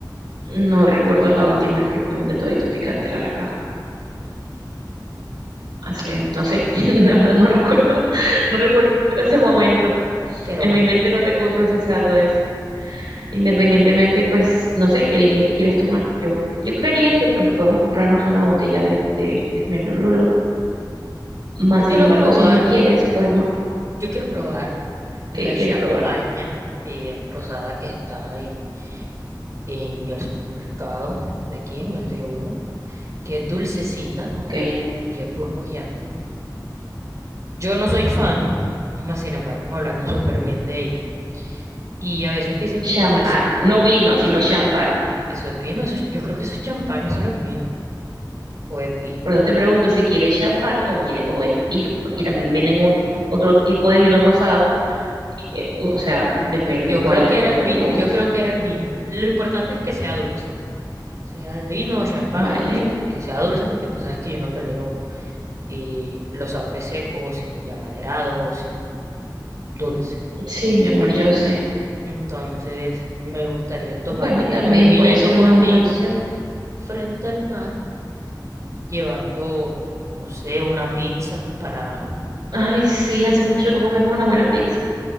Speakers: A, on the right; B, on the right.
A: no recuerdo la última vez que nos comimos de todito picante, la verdad. Hace, no sé, <laughs> la verdad no recuerdo, <laughs> no recuerdo ese momento.
B: Pero
A: En
B: bueno,
A: mi mente no tengo procesado eso. Independientemente, pues, no sé, elige qué quieres tomar. Yo, yo creería que pues podemos comprarnos una botella de, de Esmeralda Más
B: yo quiero
A: sin embargo,
B: probar,
A: si no quieres, podemos,
B: yo quiero probar la
A: ¿qué quieres
B: champaña
A: probar?
B: eh, rosada que está en, en el supermercado de aquí, en el de uno, que es dulcecita
A: Ok.
B: y es burbujeante. Yo no soy fan, mas sin embargo me hablaron súper bien de ella. Y a veces dicen
A: Champán,
B: que tomar es-
A: no vino, sino champán.
B: eso es vino, eso es- yo creo que eso es champaña, eso no es vino, o es vino.
A: Por eso te pregunto si quieres champán o quiere, o es vino, porque también vienen un, otro tipo de vino rosado, eh, o sea, depende
B: Yo
A: cuál,
B: creo que era
A: cuál
B: el vino,
A: te guste.
B: yo creo que era el vino. Lo importante es que sea dulce, sea de vino, champán,
A: Vale.
B: lo que sea, que sea dulce, porque tú sabes que yo no tolero eh, los sabores secos y amaderados y dulce.
A: Sí, mi amor, yo sé.
B: Entonces, me gustaría tomarme
A: Bueno, también
B: un vinito
A: puede ser
B: contigo
A: una buena opción.
B: frente al mar, llevando, no sé, una pizza para,
A: Ay, sí, hace mucho no comemos una buena pizza.